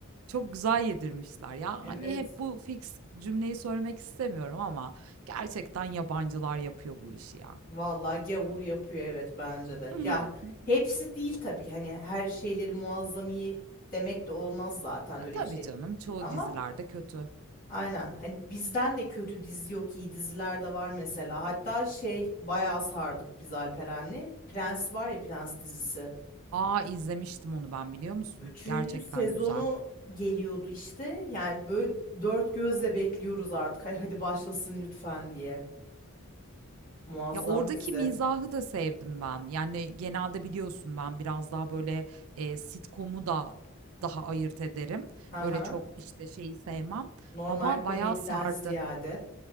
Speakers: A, on the right; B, on the left.
A: çok güzel yedirmişler. Ya,
B: Evet.
A: hani, hep bu fix cümleyi söylemek istemiyorum ama gerçekten yabancılar yapıyor bu işi ya.
B: Vallahi gavur yapıyor evet bence de.
A: <laughs>
B: Ya hepsi değil tabii hani her şeyleri muazzami demek de olmaz zaten öyle
A: E, tabii
B: bir şey.
A: canım, çoğu
B: Ama
A: dizilerde kötü.
B: aynen hani bizden de kötü dizi yok iyi diziler de var mesela. Hatta şey bayağı sardık biz Alperen'le. Prens var ya Prens dizisi.
A: A! izlemiştim onu ben, biliyor musun?
B: Üçüncü
A: Gerçekten
B: sezonu
A: güzel.
B: geliyordu işte. Yani böyle dört gözle bekliyoruz artık. hay hadi başlasın lütfen diye. Muazzam
A: Ya, oradaki
B: dizi.
A: mizahı da sevdim ben. Yani, genelde biliyorsun ben biraz daha böyle, eee, sitcom'u da daha ayırt ederim.
B: Hı
A: Öyle
B: hı.
A: çok, işte, şeyi sevmem
B: Normal
A: ama
B: komediden
A: bayağı sardı.
B: ziyade.